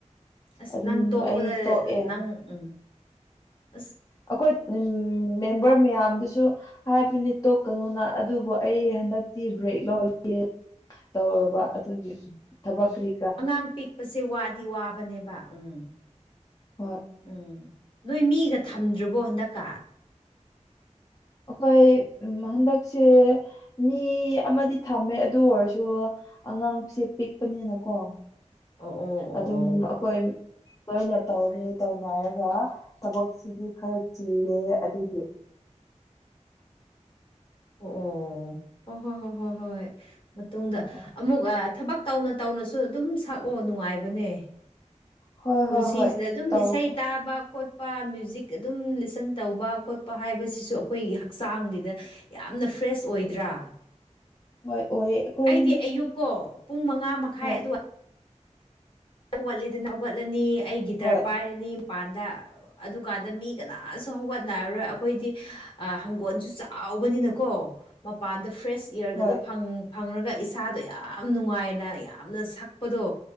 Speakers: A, on the left; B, on the left.
A: ꯑꯁ
B: ꯑꯗꯨꯝ
A: ꯅꯪ ꯇꯣꯛꯄꯗ
B: ꯑꯩ ꯇꯣꯛꯑꯦ
A: ꯅꯪ ꯎꯝ ꯑꯁ
B: ꯑꯩꯈꯣꯏ ꯎꯝ ꯃꯦꯝꯕꯔ ꯃꯌꯥꯝꯗꯨꯁꯨ ꯍꯥꯏꯕꯅꯤ ꯇꯣꯛꯀꯅꯨꯅ ꯑꯗꯨꯕꯨ ꯑꯩ ꯍꯟꯗꯛꯇꯤ ꯕ꯭ꯔꯦꯛ ꯂꯧꯒꯦ ꯇꯧꯔꯕ ꯑꯗꯨꯒꯤ ꯊꯕꯛ ꯀ꯭ꯔꯤ
A: ꯑꯉꯥꯡ ꯄꯤꯛꯄꯁꯦ ꯋꯥꯗꯤ ꯋꯥꯕꯅꯦꯕ ꯎꯝ
B: ꯍꯣꯏ
A: ꯎꯝ ꯅꯣꯏ ꯃꯤꯒ ꯊꯝꯗ꯭ꯔꯕꯣ ꯍꯟꯗꯛꯀ
B: ꯑꯩꯈꯣꯏ ꯎꯝ ꯍꯟꯗꯛꯁꯦ ꯃꯤ ꯑꯃꯗꯤ ꯊꯝꯃꯦ ꯑꯗꯨ ꯑꯣꯏꯔꯁꯨ ꯑꯉꯥꯡꯁꯦ ꯄꯤꯛꯄꯅꯤꯅꯀꯣ
A: ꯑꯣ ꯑꯣ ꯑꯣ
B: ꯑꯗꯨꯝ
A: ꯑꯣ
B: ꯑꯩꯈꯣꯏ ꯂꯣꯏꯅ ꯇꯧꯔꯦ ꯇꯧꯅꯔꯒ ꯊꯕꯛꯁꯤꯗꯤ ꯈꯔ ꯆꯤꯜꯂꯦ ꯑꯗꯨꯗꯤ
A: ꯑꯣ ꯍꯣ ꯍꯣ ꯍꯣ ꯍꯣ ꯍꯣꯏ ꯃꯇꯨꯡꯗ
B: ꯎꯝ
A: ꯑꯃꯨꯛ ꯊꯕꯛ ꯇꯧꯅ ꯇꯧꯅꯁꯨ ꯑꯗꯨꯝ ꯁꯛꯑꯣ ꯅꯨꯡꯉꯥꯏꯕꯅꯦ
B: ꯍꯣꯏ
A: ꯄꯨꯟꯁꯤꯁꯤꯗ
B: ꯍꯣꯏ ꯍꯣꯏ
A: ꯑꯗꯨꯝ
B: ꯇꯧꯒꯦ
A: ꯏꯁꯩ ꯇꯥꯕ ꯈꯣꯠ ꯄ ꯃ꯭ꯌꯨꯏꯖꯤꯛ ꯑꯗꯨꯝ ꯂꯤꯁꯟ ꯇꯧꯕ ꯈꯣꯠꯄ ꯍꯥꯏꯕꯁꯤꯁꯨ ꯑꯩꯈꯣꯏꯒꯤ ꯍꯛꯆꯥꯡꯒꯤꯗ ꯌꯥꯝꯅ ꯐ꯭ꯔꯦꯁ ꯑꯣꯏꯗ꯭ꯔꯥ
B: ꯍꯣꯏ ꯑꯣꯏꯌꯦ ꯑꯩꯈꯣꯏ
A: ꯑꯩꯗꯤ ꯑꯌꯨꯛꯀꯣ ꯄꯨꯡ ꯃꯉꯥ ꯃꯈꯥꯏ
B: ꯍꯣꯏ
A: ꯑꯗꯨꯋꯥꯏ ꯍꯧꯒꯠꯂꯤꯗꯅ ꯍꯧꯒꯠꯂꯅꯤ ꯑꯩ ꯒꯤꯇꯔ
B: ꯍꯣꯏ
A: ꯄꯥꯏꯔꯅꯤ ꯃꯄꯥꯟꯗ ꯑꯗꯨꯀꯥꯟꯗ ꯃꯤ ꯀꯅꯥꯁꯨ ꯍꯧꯒꯠꯅꯔꯔꯣꯏ ꯑꯩꯈꯣꯏꯗꯤ ꯍꯪꯒꯣꯜꯁꯨ ꯆꯥꯎꯕꯅꯤꯅꯀꯣ ꯃꯄꯥꯟꯗ ꯐ꯭ꯔꯦꯁ ꯏꯌꯔꯒꯗꯣ
B: ꯍꯣꯏ
A: ꯐꯪ ꯐꯪꯉꯒ ꯏꯁꯥꯗꯣ ꯌꯥꯝ ꯅꯨꯡꯉꯥꯏꯅ ꯌꯥꯝꯅ ꯁꯛꯄꯗꯣ